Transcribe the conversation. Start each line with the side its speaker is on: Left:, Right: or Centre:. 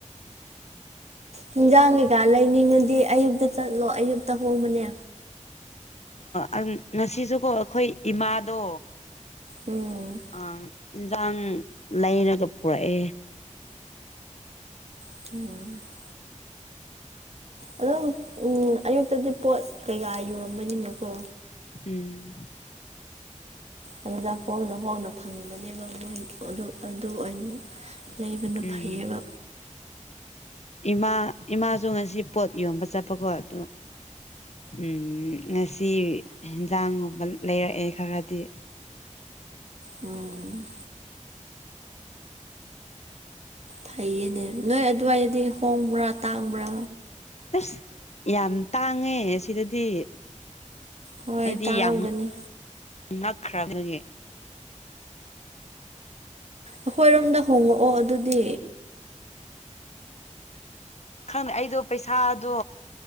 Right: ꯍꯤꯟꯖꯥꯡ ꯀꯩꯀꯥ ꯂꯩꯅꯤꯡꯉꯗꯤ ꯑꯌꯨꯛꯇ ꯆꯠꯂꯣ ꯑꯌꯨꯛꯇ ꯍꯣꯡꯕꯅꯦ
Left: ꯑ ꯉꯁꯤꯁꯨꯀꯣ ꯑꯩꯈꯣꯏ ꯏꯃꯥꯗꯣ
Right: ꯎꯝ
Left: ꯑꯥ ꯏꯟꯁꯥꯡ ꯂꯩꯔꯒ ꯄꯨꯔꯛꯑꯦ
Right: ꯑꯣ ꯑꯗꯝ ꯎꯝ ꯑꯌꯨꯛꯇꯗꯤ ꯄꯣꯠ ꯀꯩꯀꯥ ꯌꯣꯟꯕꯅꯤꯅꯀꯣ
Left: ꯎꯝ
Right: ꯑꯗꯨꯗ ꯍꯣꯡꯅ ꯍꯣꯡꯅ ꯐꯪꯕꯅꯦꯕ ꯃꯣꯏ ꯑꯗꯨ ꯑꯗꯨ ꯑꯣꯏꯅ ꯂꯩꯕꯅ
Left: ꯎꯝ
Right: ꯐꯩꯌꯦꯕ
Left: ꯏꯃꯥ ꯏꯃꯥꯁꯨ ꯉꯁꯤ ꯄꯣꯠ ꯌꯣꯟꯕ ꯆꯠꯄꯀꯣ ꯑꯗꯨ ꯎꯝ ꯉꯁꯤ ꯏꯟꯖꯥꯡꯒꯨꯝꯕ ꯂꯩꯔꯛꯑꯦ ꯈꯔꯗꯤ
Right: ꯎꯝ ꯐꯩꯌꯦꯅꯦ ꯅꯣꯏ ꯑꯗꯨꯋꯥꯏꯗꯗꯤ ꯍꯣꯡꯕ꯭ꯔꯥ ꯇꯥꯡꯕ꯭ꯔꯥ
Left: ꯑꯁ ꯌꯥꯝ ꯇꯥꯡꯉꯦ ꯁꯤꯗꯗꯤ
Right: ꯍꯣꯏ
Left: ꯑꯩꯗꯤ
Right: ꯇꯥꯡꯉꯝꯒꯅꯤ
Left: ꯌꯥꯝ ꯉꯛꯈ꯭ꯔꯕꯒꯤ
Right: ꯑꯩꯈꯣꯏꯔꯣꯝꯗ ꯍꯣꯡꯉꯛꯑꯣ ꯑꯗꯨꯗꯤ
Left: ꯈꯪꯗꯦ ꯑꯩꯗꯣ ꯄꯩꯁꯥꯗꯣ